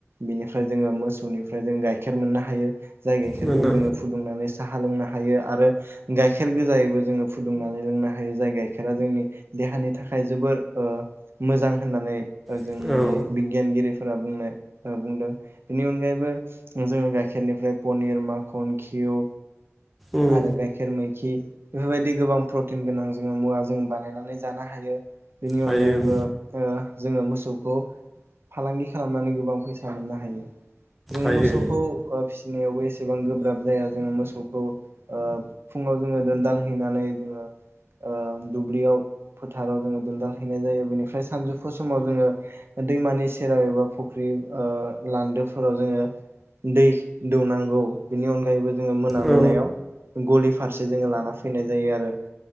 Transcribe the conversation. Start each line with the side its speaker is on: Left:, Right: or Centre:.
Right: बिनिफ्राय जोङो मोसौनिफ्राय जों गाइखेर मोननो हायो जाय गाइखेरखौ
Centre: मोननो
Right: जोङो फुदुंनानै साह लोंनो हायो आरो गाइखेर गोजायैबो जोङो फुदुंनानै लोंनो हायो जाय गाइखेरा जोंनि देहानि थाखाय जोबोर ओ मोजां होननानै ओ जोंनि
Centre: हायो औ
Right: बिगियानगिरि फोरा बुंनाय बुंदों बेनि अनगायैबो जोङो गाइखेरनिफ्राय पनिर माखन खि खिउ
Centre: उम
Right: आरो गाइखेर मैखि बेफोरबायदि गोबां प्रतिन गोनां जोङो मुवा जों बानायनानै जानो हायो बेनि
Centre: हायो
Right: अनगायैबो
Centre: ओं
Right: ओ जोङो मोसौखौ फालांगि खालामनानै गोबां फैसा मोननो हायो जोङो
Centre: हायो
Right: मोसौखौ ओ फिसिनायावबो एसेबां गोब्राब जाया जोङो मोसौ खौ ओ फुङाव जोङो दोनदाल हैनानै ओ ओ दुब्लियाव फोथाराव जोङो दोनदाल हैनाय जायो बेनिफ्राय सानजौफु समाव जोङो दैमानि सेराव एबा फुख्रि ओ लान्दोफोराव जोङो दै दौनांगौ बेनि अनगायैबो जोङो मोना मोनायाव
Centre: औ
Right: गलि फारसे जोङो लाना फैनाय जायो आरो